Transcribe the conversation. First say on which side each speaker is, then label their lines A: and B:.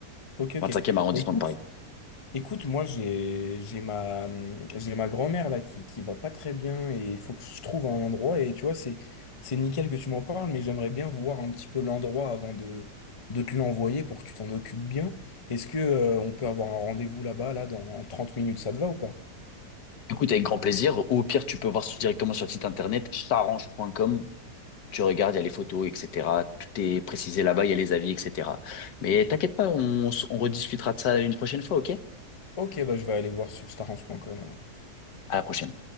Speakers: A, on the left; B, on the left.
A: ok, ok.
B: 25e arrondissement
A: Bah écoute.
B: de Paris.
A: Écoute, moi j'ai j'ai ma j'ai ma grand-mère là qui qui va pas très bien et il faut que je trouve un endroit et tu vois c'est c'est nickel que tu m'en parles mais j'aimerais bien voir un petit peu l'endroit avant de de te l'envoyer pour que tu t'en occupes bien. Est-ce que euh, on peut avoir un rendez-vous là-bas là dans 30 minutes, ça te va ou pas?
B: Écoute, avec grand plaisir. Ou au pire, tu peux voir sur- directement sur le site internet starange.com. Tu regardes, il y a les photos, etc. Tout est précisé là-bas, il y a les avis, etc. Mais t'inquiète pas, on, s- on rediscutera de ça une prochaine fois, ok?
A: OK, bah je vais aller voir sur starange.com alors.
B: À la prochaine.